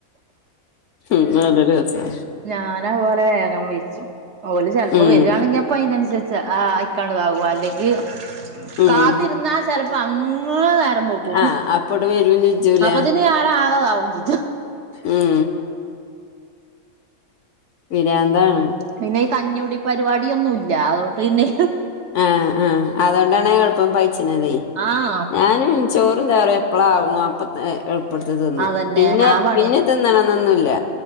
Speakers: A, on the left; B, on the right.
A: ഉം അനല്ലരസാ
B: ഞാനഅതുപോലെ വേഗം വെയ്ച്ചും ഓല് ചെൽപ്പോ
A: ഉം
B: വര്യാണെങ്കി അപ് പ്പ അയിനന്സരിച്ച് ആഹ് അയിക്കാണ്ട് ഇതാവും അല്ലെങ്കി
A: ഉം
B: കാത്തിര്ന്നാൽ ചെലപ്പോ അങ്ങന നേരം ബെങ്കും
A: ആഹ് അപ്പട് വരും ചെജ്ജൂല
B: അപ്പത്തിന് ഞാനാകതാവും ചി
A: ഉം പീരാന്താണ്
B: പിന്നെ ഈ കഞ്ഞുടി പരിപാടിയൊന്നുംല്ല അതോണ്ട് പിന്നെ
A: ആഹ് ആഹ് അതോണ്ടാണേ എള്പ്പം പയ്ച്ച്ണതെ
B: ആഹ്
A: ഞാന് ഇൻ ചോറും ചാറും എപ്പളാ ആവുണൂ അപ്പ എള്പ്പെട്ത്ത് തിന്നും
B: അതന്നെ
A: പിന്നെ
B: ആ പണിയ
A: പിന്നെ തിന്നണംന്നൊന്നുല്ല